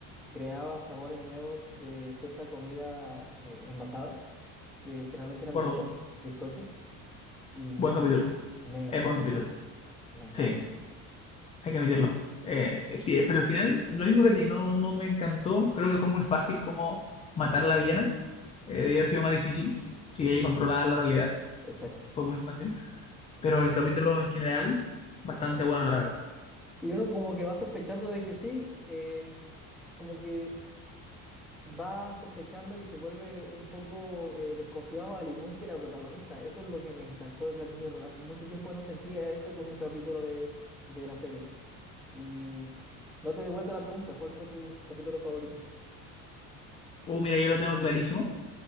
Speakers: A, in the centre; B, on the left.
A: creaba sabores nuevos de cierta comida eh, envasada, que generalmente eran
B: acuerdo.
A: bizco bizcocho, y
B: Buen capítulo.
A: me encantó,
B: Es buen capítulo.
A: me encantó,
B: Sí. Hay que admitirlo. Eh, sí, eh, pero al final, lo mismo que a ti, no, no me encantó. Creo que fue muy fácil como matar a la villana. Eh, debió haber sido más difícil. Si ella controlaba la realidad,
A: exacto.
B: fue muy fácil. Pero el capítulo en general, bastante bueno, la verdad.
A: Y uno como que va sospechando de que sí, eh, como que va sospechando y se vuelve un poco eh, desconfiado, al igual que la protagonista. Eso es lo que me encantó de Black Mirror. Hace mucho tiempo no sentía eso con un capítulo de, de la serie. Y no te devuelta la pregunta, ¿cuál fue tu capítulo favorito?
B: Uh, mira, yo lo tengo clarísimo.